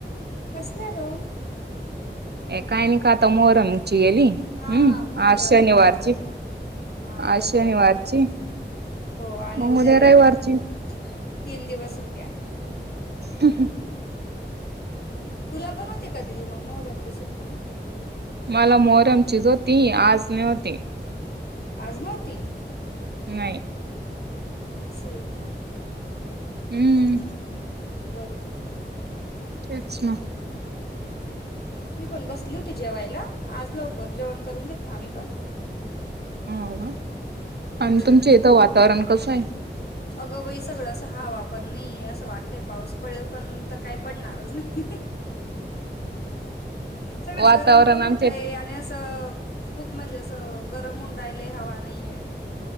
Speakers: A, on the left; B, on the right.
A: कसल्या ग?
B: एकायन का मोहरम -- गेली
A: हा
B: हम्म
A: मोहरम
B: आज शनिवारची,
A: बरोबर हा बरोबर
B: आज शनिवारची.
A: बरोबर हो आणि
B: मग
A: उद्या रविवार
B: रविवारची
A: तीन दिवस सुट्या.
B: हम् हम.
A: तुला पण होते का दिदी मग मोहरमची सुट्टी?
B: मला मोहरमचीच होती. आज नाही होती.
A: आज नव्हती?
B: नाही.
A: असं हेयका?
B: हम्म.
A: बरोबर.
B: तेच ना.
A: मी पण बसली होती जेवायला आज लवकर जेवण करून घेतला आम्ही पण
B: हो
A: हो
B: आणि तुमच इथं वातावरण कसं आहे
A: अगं बाई सगळं असं हवा पण नाहीये असं वाटतंय पाऊस पडेल पण तर काय पडणारच नाही सगळं
B: वातावरण
A: गरम पण होतंय
B: आमच्या
A: आणि अस खूप म्हणजे असं गरम होऊन राहिले हवा नाहीये